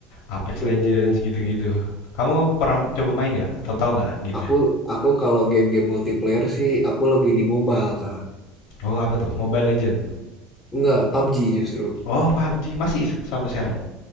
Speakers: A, on the left; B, on the left.
A: Apex
B: Oh,
A: Legends gitu-gitu. Kamu pernah coba main nggak atau tahu nggak gamenya?
B: aku aku kalau game-game multiplayer sih aku lebih di mobile, Kak.
A: Oh apa tuh? Mobile Legend.
B: Enggak, PUBG justru.
A: Oh PUBG masih sampai sekarang.